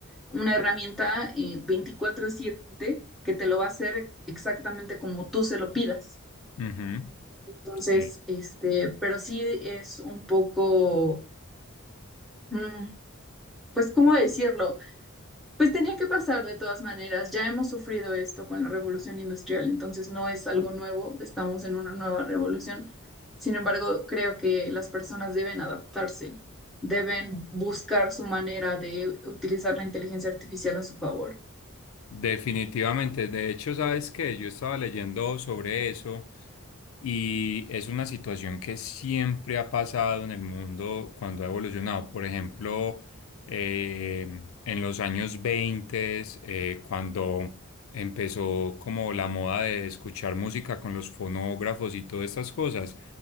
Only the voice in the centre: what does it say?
una herramienta eh, 24/7 que te lo va a hacer exactamente como tú se lo pidas.
Entonces,
este, pero sí es un poco, mm, pues, ¿cómo decirlo? Pues tenía que pasar de todas maneras. Ya hemos sufrido esto con la revolución industrial, entonces no es algo nuevo, estamos en una nueva revolución. Sin embargo, creo que las personas deben adaptarse, deben buscar su manera de utilizar la inteligencia artificial a su favor.